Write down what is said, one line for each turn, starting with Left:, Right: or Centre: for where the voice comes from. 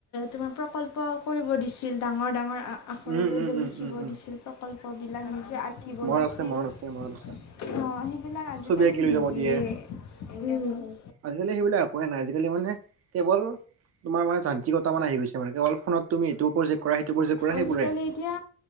Left: তোমাৰ প্ৰকল্প কৰিব দিছিল। ডাঙৰ ডাঙৰ আ, আখৰেৰে
Right: উম উম
Left: যে
Right: উম
Left: লিখিব
Right: উম উম
Left: দিছিল প্ৰকল্পবিলাক নিজেই শিকিব
Right: মনত
Left: দিছিল।
Right: আছে মনত
Left: অ'
Right: আছে মনত আছে
Left: সেইবিলাক আজিকালি
Right: ছবি আঁকি লৈ
Left: নিদিয়ে।
Right: যাব দিয়ে
Left: দিয়ে এনে
Right: আজিকালি সেইবিলাক একোৱে নাই। আজিকালি মানে কেৱল তোমাৰ মই যান্ত্ৰিকতা মান আহি গৈছে। কেৱল ফোনত তুমিটো ইটো প্ৰজেক্ট কৰা সিটো প্ৰজেক্ট কৰা সেইবোৰেই
Left: আজিকালি এতিয়া